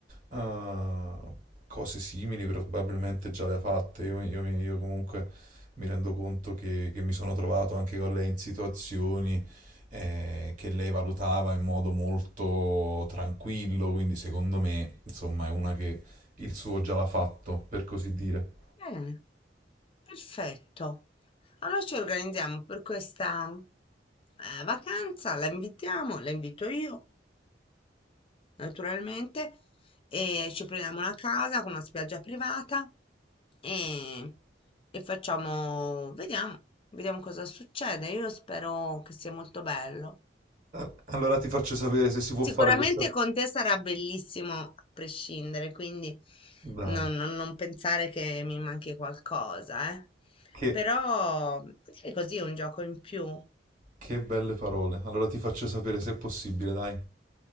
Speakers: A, on the right; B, on the left.
A: eh, cose simili probabilmente già le ha fatte. Io, io- mi- io comunque mi rendo conto che, che mi sono trovato anche con lei in situazioni eh, che lei valutava in modo molto tranquillo, quindi secondo me, insomma, è una che il suo già l'ha fatto, per così dire.
B: bene, perfetto. Allora ci organizziamo per questa eh, vacanza, la invitiamo, la invito io, naturalmente, e ci prendiamo una casa con una spiaggia privata e, e facciamo, vediamo, vediamo cosa succede. Io spero che sia molto bello.
A: Ah, Allora ti faccio sapere se si
B: Sicuramente
A: può fare questa.
B: con te sarà bellissimo a prescindere, quindi
A: Dai.
B: non, non- non pensare che mi manchi qualcosa, eh.
A: Che,
B: Però è così un gioco in più.
A: che belle parole. Allora ti faccio sapere se è possibile, dai.